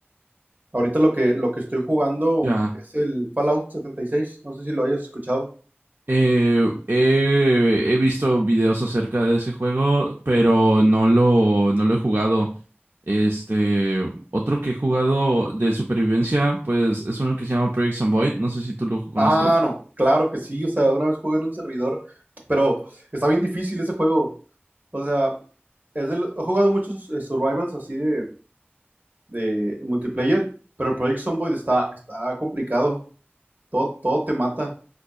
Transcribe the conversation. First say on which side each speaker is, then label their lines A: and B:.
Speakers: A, on the right; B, on the right.
A: Ahorita lo que, lo que estoy jugando
B: Ya,
A: es el Fallout setenta y seis no sé si lo hayas escuchado.
B: eh, he, he visto videos acerca de ese juego, pero no lo, no lo he jugado. Este, otro que he jugado de supervivencia, pues es uno que se llama Project Zomboid, no sé si tú lo conozcas.
A: Ah, no, claro que sí, o sea, una vez jugué en un servidor, pero está bien difícil ese juego. O sea, es del- he jugado muchos eh, survivals así de, de multiplayer, pero el Project Zomboid está, está complicado. Todo, todo te mata,